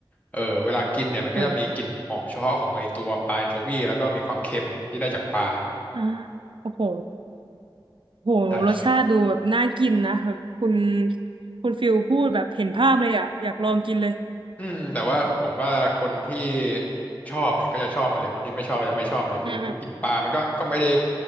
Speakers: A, on the left; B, on the right.
A: เออเวลากินเนี่ยมันก็จะมีกลิ่นหอมเฉพาะของไอตัวปลาแอนโชวีแล้วก็มีความเค็มที่ได้จากปลา
B: โหอ่าโอ้โห โหรสชาติดูแบบน่ากินนะแบบคุณ
A: ใช่ใช่
B: คุณฟิลพูดแบบเห็นภาพเลยอ่ะอยากลองกินเลย
A: อืมแต่ว่าผมว่าคนที่ชอบเนี่ยก็จะชอบไปเลยคนที่ไม่ชอบก็จะไม่ชอบเลยคือคือกินปลามันก็ก็ไม่ได้
B: อืมอืม